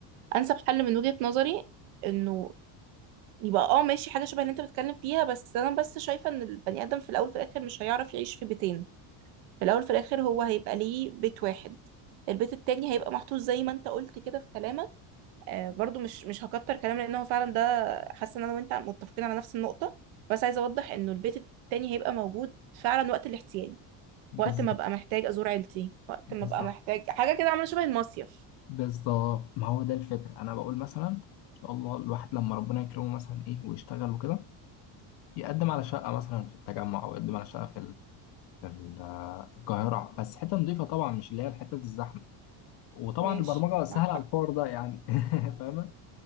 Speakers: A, on the right; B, on the left.
A: انسب حل من وجهة نظري انه يبقى اه ماشي حاجه شبه اللي انت بتتكلم فيها بس انا بس شايفه ان البني ادم في الاول في الاخر مش هيعرف يعيش في بيتين في الاول في الاخر هو هيبقى ليه بيت واحد البيت التاني هيبقى محطوط زي ما انت قلت كده في كلامك آه، برضو مش مش هكتر كلام لان هو فعلا ده حاسه ان انا وانت متفقين على نفس النقطه بس عايزه اوضح انه البيت التاني هيبقى موجود فعلا وقت الاحتياج
B: بالظبط
A: وقت ما ابقى محتاج ازور عيلتي وقت
B: بالظبط
A: ما ابقى محتاج حاجه كده عامله شبه المصيف
B: بالظبط ما هو ده الفكرة أنا بقول مثلا إن شاء الله الواحد لما ربنا يكرمه مثلا إيه ويشتغل وكده يقدم على شقة مثلا في التجمع أو يقدم على شقة في ال... في ال... في القاهرة بس حتة نظيفة طبعا مش اللي هي الحتة الزحمة وطبعا
A: ماشي
B: البرمجة سهلة
A: معاك حق
B: على الحوار ده يعني <laughs> فاهمة